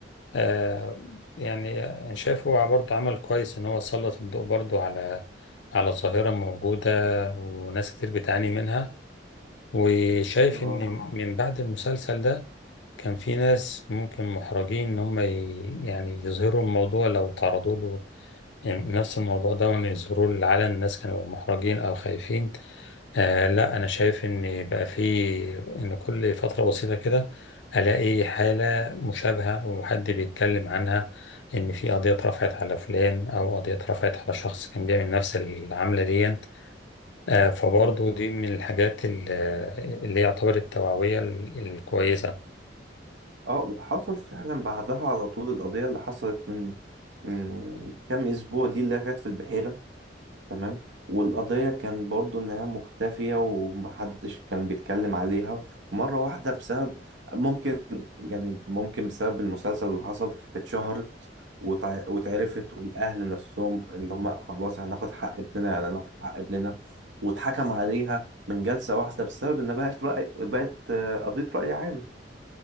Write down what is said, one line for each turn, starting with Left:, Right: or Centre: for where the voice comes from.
Left: آه يعني أنا شايف هو برضه عمل كويس إن هو سلط الضوء برضه على على ظاهرة موجودة وناس كتير بتعاني منها وشايف
Right: اه
Left: إن من بعد المسلسل ده كان في ناس ممكن محرجين إن هم ي- يعني يظهروا الموضوع لو تعرضوا له يعني نفس الموضوع ده وإن يظهروا للعلن الناس كانوا محرجين أو خايفين آه لا أنا شايف إن بقى في إن كل فترة بسيطة كده ألاقي حالة مشابهة وحد بيتكلم عنها إن في قضية اترفعت على فلان أو قضية اترفعت على شخص كان بيعمل نفس العملة دي آه فبرضه
Right: اه
Left: دي من الحاجات ال- اللي هي يعتبر التوعوية ال- الكويسة
Right: اه وحصل فعلا بعدها على طول القضية اللي حصلت من من كام اسبوع دي اللي كانت في البحيرة تمام والقضية كان برضو إنها مختفية ومحدش كان بيتكلم عليها مرة واحدة بسبب ممكن يعني ممكن بسبب المسلسل اللي حصل اتشهرت وتع- واتعرفت والأهل نفسهم اللي هم خلاص هناخد حق ابننا يعني هناخد حق ابننا واتحكم عليها من جلسة واحدة بسبب إن بقت رأي بقت آه، قضية رأي عام